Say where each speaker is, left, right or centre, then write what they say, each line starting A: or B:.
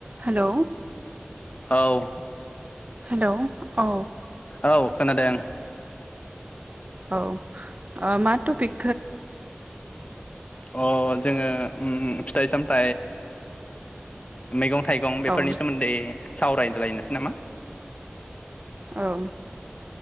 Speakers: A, on the right; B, on the left.
A: Hello
B: <inaudible> औ
A: hello अ
B: औ खोनादों <inaudible>
A: औ ओ मा टपिक
B: अ जोङो ओम फिथाइ सामथ मैगं थाइगं बेफोरनि
A: औ
B: सोमोन्दै सावराय लायनोसै नामा
A: औ